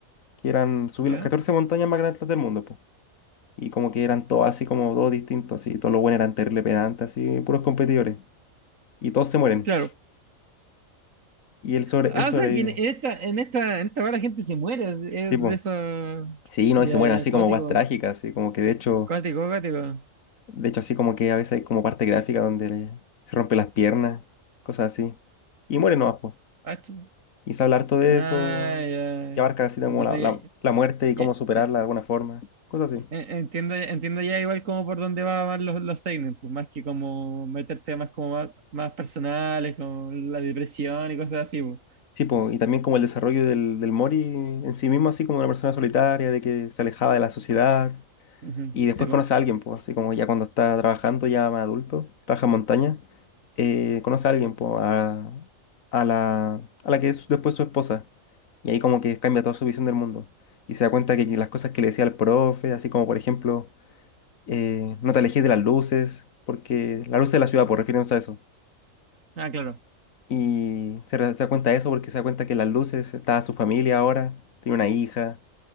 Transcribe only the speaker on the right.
ya.
Claro.
Ah,
o sea, que en esta, en esta, en esta weá la gente se muere, es, es
de eso.
Ya,
ya,
acuático.
Acuático, acuático.
Ah, chu-
ah,
ya.
Entonces,
ya, ya,
eh,
eh, entiendo, entiendo ya igual como por dónde van los, los seinen, pues más que como meter temas como más, más personales, como la depresión y cosas así, pues.
Ujú,
sí, pues.
Ah, claro.